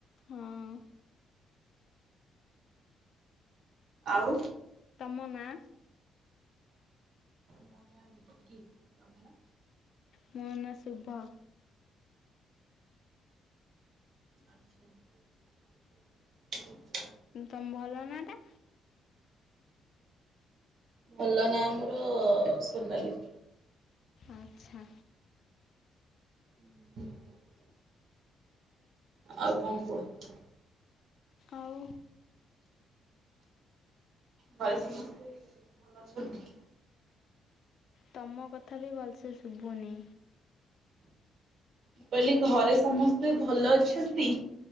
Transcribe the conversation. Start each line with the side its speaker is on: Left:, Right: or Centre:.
Left: ହଁ।
Right: ଆଉ
Left: ତମ ନାଁ?
Right: ମୋ ନାଁ ବିକି ତମ ନାଁ
Left: ମୋ ନାଁ ଶୁଭ।
Right: ଆଚ୍ଛା।
Left: ତମ ଭଲ ନାଁ ଟା?
Right: ଭଲ ନାଁ ମୋର ସୋନାଲି।
Left: ଆଚ୍ଛା।
Right: <inaudible> ଆଉ କଣ କୁହ?
Left: ଆଉ
Right: ଭ ସମସ୍ତେ ଭଲ ଅଛନ୍ତି?
Left: ତମ କଥା ବି ଭଲସେ ଶୁଭୁନି।
Right: ମୁଁ କହିଲି ଘରେ ସମସ୍ତେ ଭଲ ଅଛନ୍ତି?